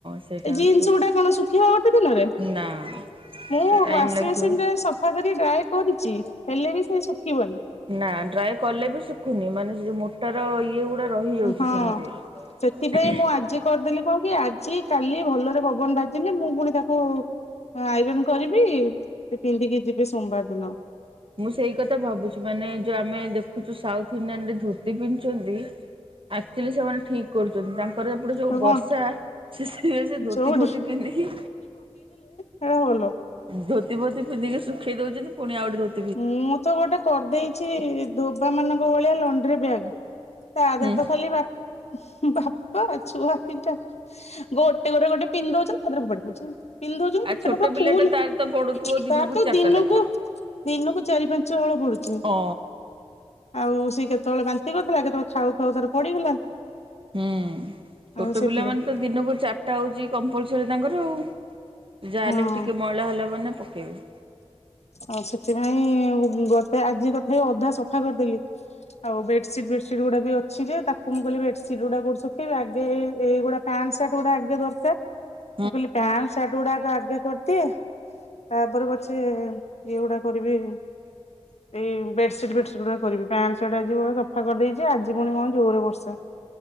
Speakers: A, on the right; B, on the left.
A: ସେଇଟା
B: ଏ ଜିନ୍ସ
A: ହଉଛି କଥା
B: ଗୁଡା କଣ ଶୁଖିବ ଗୋଟେ ଦିନରେ ମୁଁ
A: ନା ସେ
B: ୱାସିଂମେସିନ
A: ଟାଇମ୍ ଲାଗିବ।
B: ରେ ସଫ ଫା କରି ଡ୍ରାଏ କରିଛି ହେଲେ ବି ସେ ଶୁଖିବନି।
A: ନା ଡ୍ରାଏ କଲେ ବି ଶିଖୁନି ମାନେ ସେ ଯୋଉ ମୋଟାର ଇ ଇଏ ଗୁଡା ରହିଯାଉଛି
B: ହଁ।
A: ସେମିତି।
B: ସେଥିପାଇଁ ମୁଁ ଆଜି କରିଦେଲି କଣ କି ଆଜି କାଲି ଭଲରେ ପବନ ବାଜିଲେ ମୁଁ ପୁଣି ତାକୁ ହଁ ଆଇରନ୍ କରିବି ସେ ପିନ୍ଧିକି ଯିବେ ସୋମବାର ଦିନ।
A: ମୁଁ ସେଇ କଥା ଭାବୁଛି ମାନେ ଯୋଉ ଆମେ ଦେଖୁଛୁ ସାଉଥ ଇଣ୍ଡିଆନ ରେ ଧୋତି ପିନ୍ଧୁଛନ୍ତି ଆକ୍ଚୁଆଲି ସେମାନେ ଠିକ୍। କରୁଛନ୍ତି ତାଙ୍କର ସେପଟେ ଯୋଉ
B: ଆଉ
A: ବର୍ଷା
B: କଣ
A: ସେ ସେଇ ସେ ଧୋତି
B: ଯୋଉଠି
A: ଫୋତି ପିନ୍ଧିକି
B: ସେଡ଼ା ଭଲ।
A: ଧୋତି ଫୋତି ପିନ୍ଧିକି ଶୁଖେଇ ଦଉଛନ୍ତି ପୁଣି ଆଉ ଗଟେ ଧୋ
B: ମୁଁ ତ ଗୋଟେ କରିଦେଇଛି ଧୋବା ମାନଙ୍କ ଭଳିଆ ଲଣ୍ଡ୍ରି ବ୍ୟାଗ୍। ତା ଦେହରେ
A: ହୁଁ
B: ତ ଖାଲି ବା ବାପା ଛୁଆ ଦିଟାକ ଗୋଟେ ପରେ ଗୋଟେ ପିନ୍ଧି ଦଉଛନ୍ତି ତା ଦେହର ଫୋପାଡ଼ି ଦଉଛନ୍ତି। ପିନ୍ଧିଦଉଛନ୍ତି
A: ଆଉ ଛୋଟ
B: ସେଟା ପୁରା
A: ପିଲାଟା
B: ଫୁଲ
A: ତାର ତ ପଡୁଥିବ ଦିନକୁ
B: ତାର ତ
A: ଚାରିଟା
B: ଦିନକୁ
A: ଲେଖା।
B: ଦିନକୁ ଚାରି ପାଞ୍ଚ ହଳ ପଡୁଛି।
A: ଅ
B: ଆଉ ସିଏ କେତେବେଳେ ବାନ୍ତି କରିଦେଲା କେତେବେଳେ ଖାଉ ଖାଉ ତାର ପଡିଗଲା
A: ହୁଁ ଛୋଟ
B: ଆଉ ସେଥିପାଇଁ
A: ପିଲାମାନେ ତ ଦିନକୁ ଚା ଟା ହଉଛି କମ୍ପଲସରୀ ତାଙ୍କର ଆଉ ଯାହା
B: ହଁ
A: ହେଲେ ବି ଟିକେ ମଇଳା ହେଲା ମାନେ ପକେଇବେ।
B: ଆଉ ସେଥିପାଇଁ ଗୋଟେ ଆଜି ତଥାପି ଅଧା ସଫା କରିଦେଲି। ଆଉ ବେଡସିଟ୍ ଫେଡସିଟ ଗୁଡା ବି ଅଛି ଯେ ତାକୁ ମୁଁ କହିଲି ବେଡସିଟ୍ ଗୁଡା କୋଉଠି ସୁଖେଇବା ଆଗେ ଏ ଏଇଗୁଡା ପ୍ୟାଂଟ ଶାର୍ଟ ଗୁଡା ଆଗେ ଦରକାର।
A: <inaudible>
B: ମୁଁ କହିଲି ପ୍ୟାଣ୍ଟ ସାର୍ଟ ଗୁଡାକ ଆଗେ କରିଦିଏ ତାପରେ ପଛେ ଏଗୁଡା କରିବି।
A: <inaudible>
B: ଏଇ ବେଡସିଟ୍ ଫେଡସିଟ ଗୁଡା କରିବି ପ୍ୟାଣ୍ଟ ସାଟ ଆଜିି ବହେ ସଫା କରିଦେଇଛି ଆଜି ପୁଣି କଣ ଯୋରରେ ବର୍ଷା।